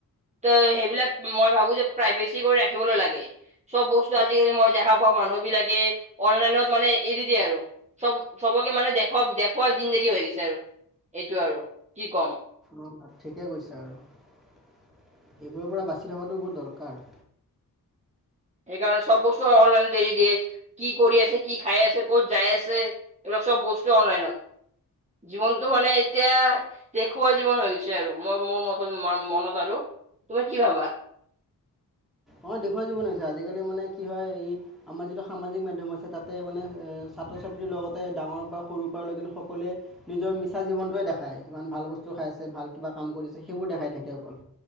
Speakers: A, on the right; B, in the centre.
A: ত সেইবিলাক মই ভাবো যে প্ৰায় ভেছি কৰি ৰাখিবলৈ লাগে। চব বস্তু আজিকালি মই দেখা পাওঁ মানুহবিলাকে, অনলাইনত মানে এৰি দিয়ে আৰু। চব চবকে মানে দেখক দেখুৱা জিন্দগী হৈ গৈছে আৰু এইটো আৰু। কি ক'ম
B: অ ঠিকে কৈছো আৰু। এইবোৰৰ পৰা বাচি থকাটো বহুত দৰকাৰ।
A: সেইকাৰণে সব বস্তু অনলাইনত এৰি দিয়ে, কি কৰি আছে, কি খাই আছে, ক'ত যায় আছে, এইবিলাক চব বস্তু অলাইনত। জীৱনটো মানে এতিয়া দেখুওৱা জীৱন হৈ গৈছে আৰু, মই মোৰ ম মনত আৰু। তোমাৰ কি ভাবা?
B: অ, দেখুওৱা জীৱন হৈছে, আজিকালি মানে কি হয় ই আমাৰ যিটো সামাজিক মাধ্যম আছে, তাতে মানে এ ছাত ছাত্ৰ ছাত্ৰীৰ লগতে ডাঙৰ পৰা সৰুৰ পৰা লৈকে সকলোৱে নিজৰ মিছা জীৱনটোৱে দেখাই, ইমান ভাল বস্তু খায় আছে ভাল কিবা কাম কৰিছে, সেইবোৰ দেখাই থাকে অকল।